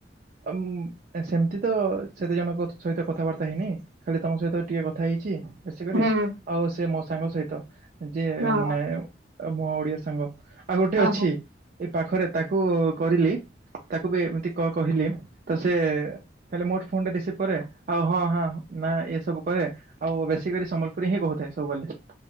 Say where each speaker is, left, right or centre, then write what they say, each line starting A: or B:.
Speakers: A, on the right; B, on the right.
A: ଉମ ସେମିତିତ ସେଦିଇଜଣଙ୍କ ସହିତ କଥାବାର୍ତ୍ତା ହେଇନି ଖାଲି ତମ ସହିତ ଟିକେ କଥା ହେଇଚି। ବେଶୀ କରି
B: ହୁଁ
A: ଆଉସେ ମୋସାଙ୍ଗ ସହିତ ଯିଏ
B: ହଁ
A: ମାନେ ମୋ ଓଡ଼ିଆ ସାଙ୍ଗ ଆଉ ଗୋଟେ
B: ଓହୋ।
A: ଅଛି ଏଇ ପାଖରେ ତାକୁ କରିଲି ତାକୁବି ଏମିତି କ କହିଲି ତ ସେ ଖାଲି ମୋର ଫୋନଟା ରିସିଭ୍ କରେ ଆଉ ହଁ ହାଁ ନା ଏସବୁ କହେ ଆଉ ବେଶୀ କରି ସମ୍ବଲପୁରୀହିଁ କହୁଥାଏ ସବୁବେଲେ।